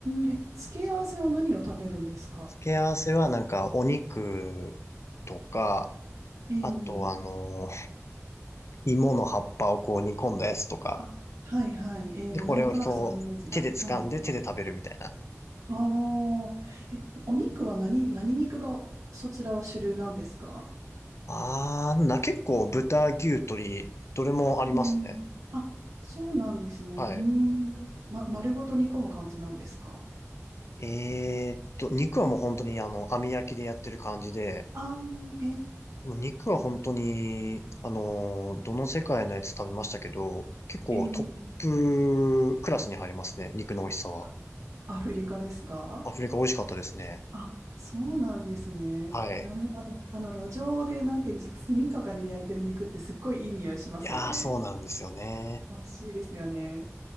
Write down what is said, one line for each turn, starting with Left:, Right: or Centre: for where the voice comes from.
Right: ん、え、付け合わせは何を食べるんですか
Left: 付け合わせはなんかお肉とか、
Right: ええ
Left: あと、あの、芋の葉っぱをこう煮込んだやつとか、
Right: あ、はいはい。ええなんとなくそのイメージが。
Left: で、これをこう、手で掴んで手で食べるみたいな。
Right: はい。ああ、え、お肉は何、何肉がそちらは主流なんですか
Left: あー、な、結構豚、牛、鶏、どれもありますね。
Right: ええあ、そうなんですね。
Left: はい。
Right: うーん。ま、丸ごと煮込む感じなんですか
Left: えーっと、肉はもう本当にあの、網焼きでやってる感じで、
Right: ああー、
Left: でも肉は本当に、
Right: え
Left: あの、どの世界のやつ食べましたけど、結構トップクラスに入りますね、
Right: えええ
Left: 肉の美味しさは。
Right: あアフリカですか
Left: アフリカ美味しかったですね。
Right: あ、そうなんですね。
Left: はい。
Right: なるほど。あの、路上で、なんていうんですか、炭とかで焼いてる肉ってすっごいいい匂いしますよね。
Left: いやー、そうなんですよね。
Right: 美味しいですよね。